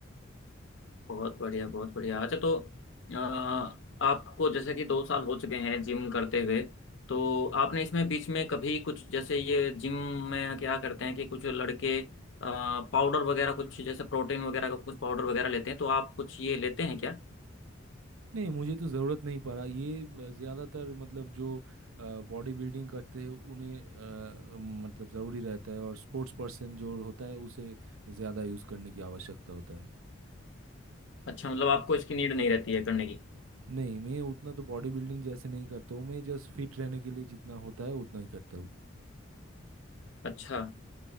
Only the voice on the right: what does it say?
नहीं मुझे तो ज़रूरत नहीं पड़ा ये अ, ज़्यादातर मतलब जो बॉडी बिल्डिंग करते हैं उन्हें अ, मतलब ज़रूरी रहता है और स्पोर्ट्स पर्सन जो होता है उसे ज़्यादा यूज़ करने की आवश्यकता होता है
नहीं मैं उतना तो बॉडी बिल्डिंग जैसे नहीं करता हूँ मैं जस्ट फिट रहने के लिए जितना होता है उतना ही करता हूँ